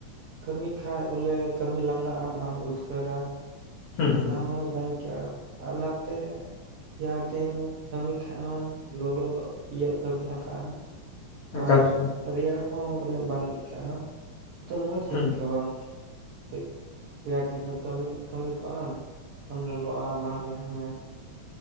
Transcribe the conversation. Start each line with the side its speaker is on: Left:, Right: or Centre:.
Right: ᱠᱟᱹᱢᱤ ᱠᱷᱟᱡᱽ ᱵᱚᱞᱮ ᱠᱟᱹᱢᱤ ᱞᱟᱸᱜᱟ ᱟᱢ ᱟᱨ ᱩᱫᱽᱜᱟᱹᱨᱟ ᱾
Left: ᱦᱩᱸ ᱦᱩᱸ
Right: ᱚᱱᱟ ᱦᱚᱸ ᱢᱚᱡᱽ ᱵᱟᱧ ᱟᱹᱭᱠᱟᱹᱜ-ᱟ ᱟᱨ ᱱᱟᱛᱮ ᱨᱮᱭᱟᱲ ᱫᱤᱱ ᱠᱟᱹᱢᱤ ᱠᱷᱟᱡᱽ ᱦᱚᱢ ᱞᱚᱞᱚ ᱤᱭᱟᱹᱜ ᱠᱟᱹᱢᱤ ᱞᱟᱜᱟᱜ-ᱟ ᱾
Left: ᱮᱠᱟᱞ
Right: ᱟᱨ
Left: ᱮᱠᱟᱞ
Right: ᱨᱮᱭᱟᱲ ᱦᱚᱸ ᱩᱱᱟᱹᱜ ᱵᱟᱝ ᱟᱹᱭᱠᱟᱹᱜ-ᱟ ᱛᱚ ᱢᱚᱡᱽ ᱜᱮᱢ
Left: ᱦᱩᱸ
Right: ᱟᱹᱭᱠᱟᱹᱣᱟ ᱾ ᱠᱟᱹᱡ ᱨᱮᱭᱟᱲ ᱛᱤᱱ ᱠᱟᱹᱢᱤ ᱠᱟᱹᱢᱤ ᱠᱟᱜ ᱟᱢ ᱵᱟᱢ ᱞᱚᱞᱚᱜ-ᱟ ᱵᱟᱝ ᱨᱮᱭᱟᱲ ᱢᱮᱭᱟ ᱾